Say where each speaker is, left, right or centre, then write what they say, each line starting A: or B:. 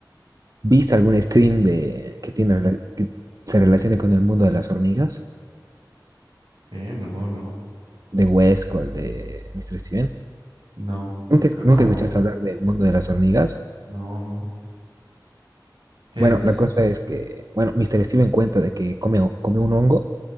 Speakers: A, on the right; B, on the right.
A: ¿Viste algún stream de que tiene rela- que se relacione con el mundo de las hormigas?
B: Eh, no, no,
A: De Huesco, el de Mr. Steven.
B: no.
A: ¿Nunca,
B: C-
A: nunca
B: ¿Cómo?
A: escuchaste hablar del mundo de las hormigas?
B: No, no. ¿Qué
A: Bueno,
B: es?
A: la cosa es que, bueno, Mr. Steven cuenta de que come, ho- come un hongo